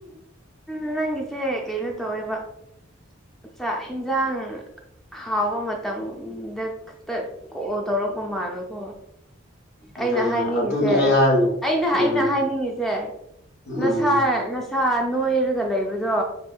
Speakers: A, in the centre; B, on the left.
A: ꯎ ꯅꯪꯒꯤꯁꯦ ꯀꯩꯅꯣ ꯇꯧꯋꯦꯕꯆꯥ ꯍꯦꯟꯖꯥꯡ ꯍꯥꯎꯕ ꯃꯇꯝꯗꯛꯇ ꯀꯜꯂ ꯇꯧꯔꯛꯄ ꯃꯥꯜꯂꯦꯀꯣ
B: ꯑꯗꯨꯅꯦ
A: ꯑꯩꯅ ꯍꯥꯏꯅꯤꯡꯉꯤꯁꯦ
B: ꯑꯗꯨꯅꯦ ꯑꯩ ꯍꯥꯏꯁꯦ
A: ꯑꯩꯅ
B: ꯎꯝ
A: ꯑꯩꯅ ꯍꯥꯏꯅꯤꯡꯉꯤꯁꯦ
B: ꯎꯝ
A: ꯅꯁꯥ ꯅꯁꯥ ꯅꯣꯏꯔꯒ ꯂꯩꯕꯗꯣ